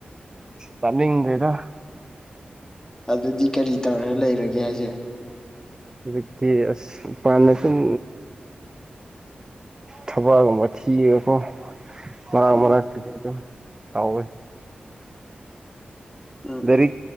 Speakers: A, on the right; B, on the left.
A: ꯇꯝꯅꯤꯡꯗꯦꯗ
B: ꯑꯗꯨꯗꯤ ꯀꯔꯤ ꯇꯧꯔꯦ ꯂꯩꯔꯒꯦ ꯍꯥꯏꯁꯦ
A: ꯍꯧꯖꯤꯛꯇꯤ ꯑꯁ ꯃꯄꯥꯟꯗꯁꯨꯝ ꯊꯕꯛꯒꯨꯝꯕ ꯊꯤꯔꯥꯒꯀꯣ ꯃꯔꯛ
B: ꯎꯝ
A: ꯃꯔꯛꯇꯗꯤ ꯑꯗꯨ ꯇꯧꯋꯦ
B: ꯎꯝ
A: ꯂꯥꯏꯔꯤꯛ
B: ꯎꯝ